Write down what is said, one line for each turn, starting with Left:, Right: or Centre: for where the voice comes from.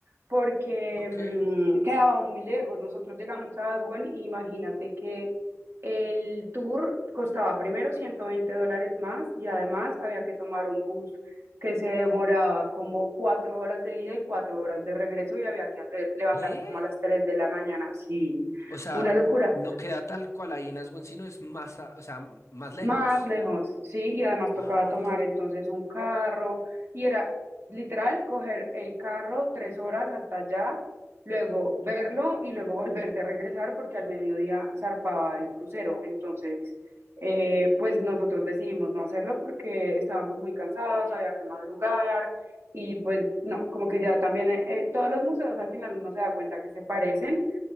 Right: porque
Left: ¿Por qué?
Right: mm, quedaba muy lejos. Nosotros llegamos a Aswan y imagínate que el tour costaba primero 120 dólares más y además había que tomar un bus que se demoraba como cuatro horas de ida y cuatro horas de regreso y había que hacer, levantarse
Left: ¿Eh?
Right: como a las 3 de la mañana. Sí,
Left: O sea,
Right: una locura.
Left: no queda tal cual ahí en Aswan, sino es más, a- o sea, más lejos.
Right: Más lejos, sí, y además
Left: Ah.
Right: tocaba tomar entonces un carro y era literal coger el carro tres horas hasta allá, luego verlo y luego volverte a regresar porque al mediodía zarpaba el crucero. Entonces, eh, pues nosotros decidimos no hacerlo porque estábamos muy cansados, había que madrugar y pues no, como que ya también eh, todos los museos al final uno se da cuenta que se parecen